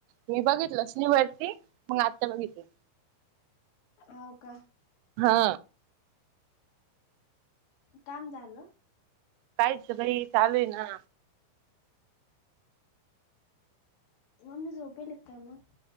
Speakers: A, on the right (about 85°); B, on the left (about 65°).
A: मी बघितलं स्नी वरती मग आता बघितली
B: होव का
A: हा
B: काम झाल
A: कायच बाई चालू आहे ना
B: म मी झोपे लेकाा ना